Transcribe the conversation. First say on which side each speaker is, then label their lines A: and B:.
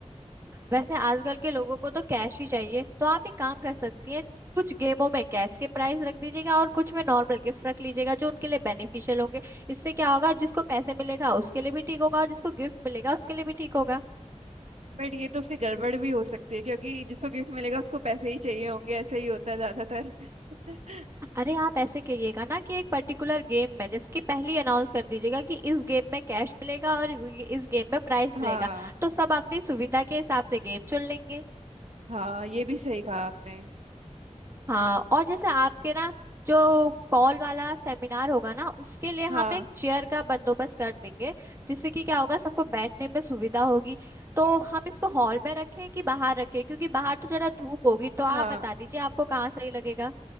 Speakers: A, on the right; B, on the right.
A: वैसे आजकल के लोगों को तो कैश ही चाहिए तो आप एक काम कर सकती हैं कुछ गेमों में कैश के प्राइस रख दीजिएगा और कुछ में नॉर्मल गिफ्ट रख लीजिएगा जो उनके लिए बेनिफिशियल होंगे इससे क्या होगा जिसको पैसे मिलेगा उसके लिए भी ठीक होगा और जिसको गिफ्ट मिलेगा उसके लिए भी ठीक होगा
B: बट ये तो फिर गड़बड़ भी हो सकती है क्योंकि जिसको गिफ्ट मिलेगा उसको पैसे ही चाहिए होंगे ऐसा ही होता है ज्यादातर <laughs>
A: अरे आप ऐसे करिएगा ना कि एक पर्टिकुलर गेम में जैसे कि पहले ही अनाउंस कर दीजिएगा कि इस गेम में कैश मिलेगा और इस इस गेम में प्राइस मिलेगा
B: हाँ
A: तो सब अपनी सुविधा के हिसाब से गेम चुन लेंगे
B: हाँ ये भी सही कहा आपने
A: हाँ और जैसे आपके ना जो कॉल वाला सेमिनार होगा ना उसके लिए
B: हाँ
A: हम एक चेयर का बंदोबस्त कर देंगे जिससे कि क्या होगा सबको बैठने में सुविधा होगी तो हम इसको हॉल में रखें कि बाहर रखें क्योंकि बाहर तो जरा धूप होगी तो आप
B: हाँ
A: बता दीजिए आपको कहाँ सही लगेगा